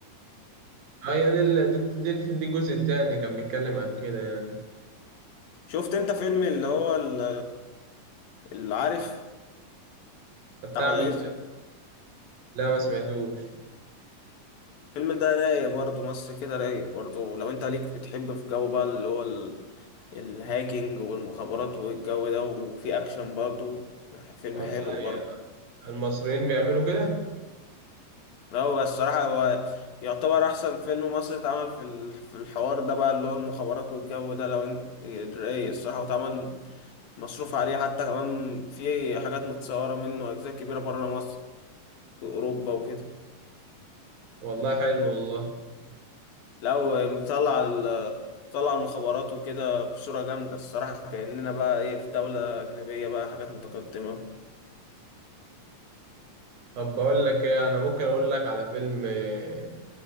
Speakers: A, on the right (about 85°); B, on the left (about 85°).
A: آه، هي دي ال- دي دي الف- دي الجزء التاني كان بيتكلم عن كده يعني
B: شفت انت فيلم اللي هو ال- اللي عارف
A: طب بتاع
B: بتاع احمد
A: مين
B: عز
A: ده؟ لا ما سمعتوش
B: الفيلم ده رايق برضه مصر كده رايق برضه لو انت ليك بتحب في جو بقى اللي هو ال- الهاكينج والمخابرات والجو ده وفي اكشن برضه فيلم
A: والله
B: حلو
A: يا-
B: برضه
A: المصريين بيعملوا كده
B: هو الصراحة هو يعتبر أحسن فيلم مصري اتعمل في ال- في الحوار ده بقى اللي هو المخابرات والجو ده لو انت رايق الصراحة واتعمل مصروف عليه حتى كمان في حاجات متصورة منه أجزاء كبيرة بره مصر في أوروبا وكده
A: والله حلو والله
B: لو مطلع ال- مطلع المخابرات وكده بصورة جامدة الصراحة كأننا بقى إيه في دولة أجنبية بقى حاجات متقدمة
A: طب بقول لك ايه انا ممكن اقول لك على فيلم آه،